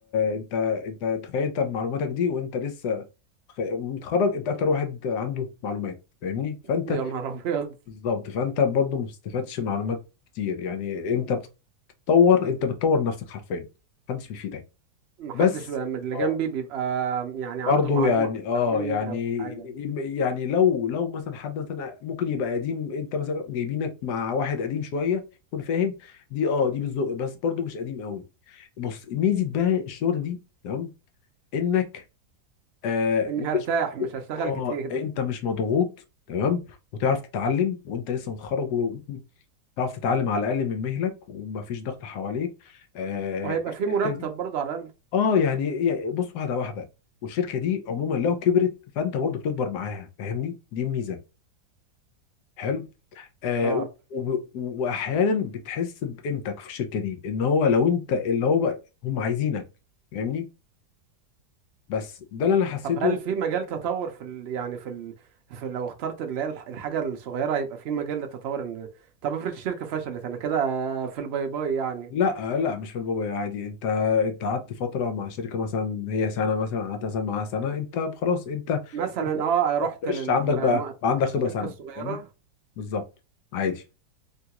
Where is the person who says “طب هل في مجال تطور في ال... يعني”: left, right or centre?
Right